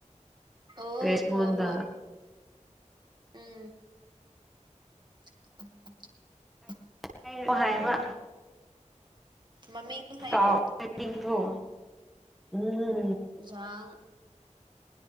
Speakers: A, on the right; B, in the centre.
A: ꯑꯣ
B: ꯔꯦꯁꯃꯣꯟꯗ
A: ꯍꯣꯏ ꯍꯣꯏ ꯎꯝ <inaudible>
B: ꯍꯥꯏꯔꯣ ꯍꯥꯏꯕ
A: ꯃꯃꯤꯡ ꯍꯥꯏꯔꯣ
B: ꯇꯥꯎ-ꯗꯤꯡꯗꯣ꯫ ꯎꯝ-ꯎꯝ
A: ꯖꯥꯡ